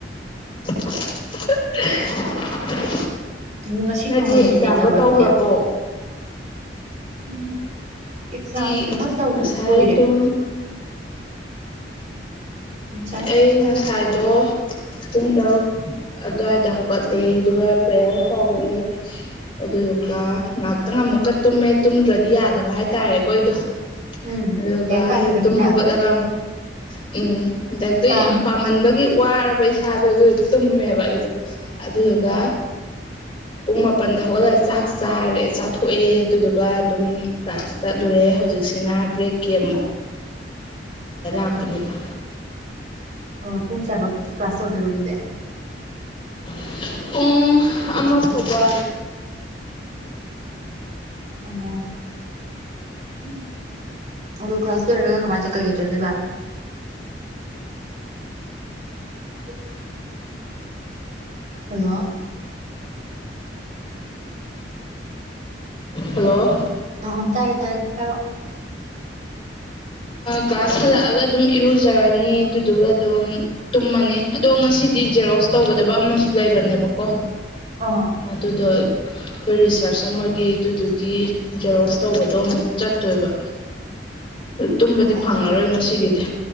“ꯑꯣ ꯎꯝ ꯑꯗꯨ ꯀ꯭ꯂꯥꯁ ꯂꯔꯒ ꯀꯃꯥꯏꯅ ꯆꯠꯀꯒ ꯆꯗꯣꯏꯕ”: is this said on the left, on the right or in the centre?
Right